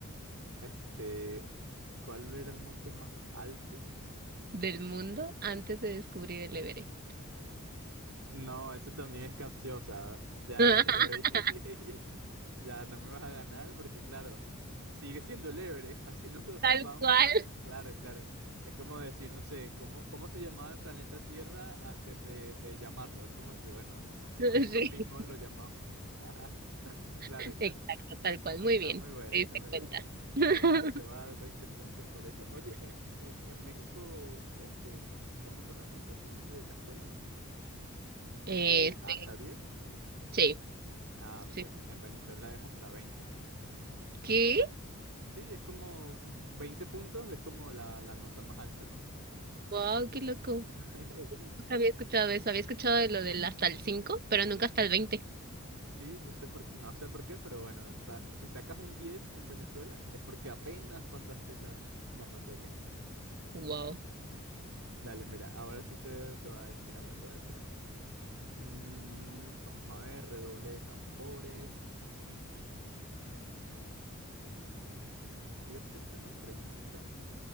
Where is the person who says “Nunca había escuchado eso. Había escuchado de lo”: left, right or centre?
Right